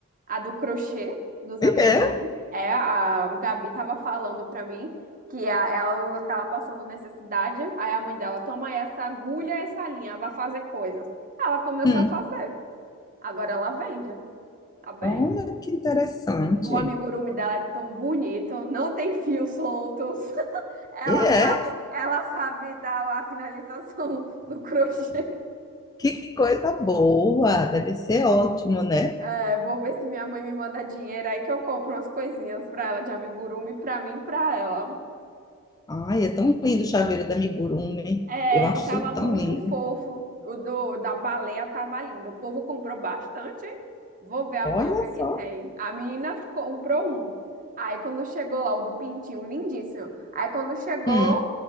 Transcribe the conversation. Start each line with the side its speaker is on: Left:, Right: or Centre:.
Right: a do crochê dos
Left: E
Right: Amigurumi.
Left: É.
Right: É, a Gabi tava falando pra mim que a- ela tava passando necessidade, aí a mãe dela, toma essa agulha, essa linha, vai fazer coisas. Ela começou
Left: Hum.
Right: a fazer. Agora ela vende, tá bem?
Left: Olha que interessante.
Right: O amigurumi dela é tão bonito, não tem fios soltos. <laughs> Ela
Left: E é.
Right: sabe, ela sabe dar a finalização <laughs> do crochê.
Left: Que coisa boa. Deve ser ótimo, né?
Right: É, vou ver se minha mãe me manda dinheiro aí que eu compro umas coisinhas pra ela de amigurumi, pra mim e pra ela.
Left: Ai, é tão lindo o chaveiro da Amigurumi.
Right: É,
Left: Eu acho
Right: ele tava
Left: isso
Right: muito
Left: tão lindo.
Right: fofo. O do, da baleia tava lindo. O povo comprou bastante, hein? Vou ver amanhã
Left: Olha
Right: o que é que
Left: só.
Right: tem. A menina ficou- comprou um. Aí quando chegou lá, o do pintinho, lindíssimo. Aí quando chegou,
Left: Hum.